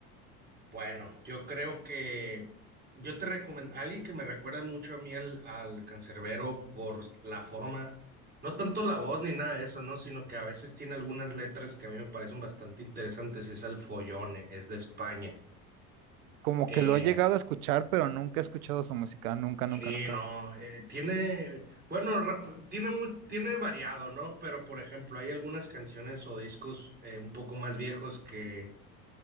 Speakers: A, on the right; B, on the right.
A: Bueno, yo creo que yo te recomiendo, alguien que me recuerda mucho a mí al, al cancerbero por la forma, no tanto la voz ni nada de eso, ¿no? Sino que a veces tiene algunas letras que a mí me parecen bastante interesantes, es al Follone, es de España.
B: Como
A: Eh,
B: que lo he llegado
A: Oh,
B: a escuchar, pero nunca he escuchado su música, nunca,
A: sí,
B: nunca, nunca.
A: no, eh, tiene, bueno, rap- tiene, mu- tiene variado, ¿no? Pero, por ejemplo, hay algunas canciones o discos eh, un poco más viejos que